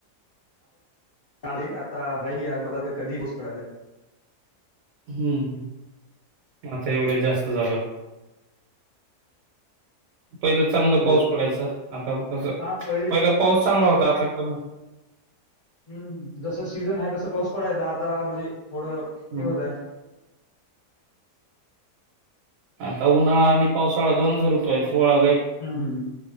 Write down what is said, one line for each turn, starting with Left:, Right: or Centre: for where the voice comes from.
Left: ली आता हली या मध्ये आ तर कधी पाऊस पडयलाय
Right: हम्म आता एवढ्याच जास्त झालं <unintelligible> पहिलं चांगलं
Left: हॅलो
Right: पाऊस पडायच आता तस
Left: हा पहिले
Right: पहिला पाऊस चांगला होता आता कमी
Left: हम्म जसं सीझन आहे तसं पाऊस पडायचा आता म्हणजे थोडं
Right: हम्म
Left: हे होतय
Right: आता उन्हाळा आणि पावसाळा दोनच ऋतू आहेत शिवाळा
Left: हम् ह्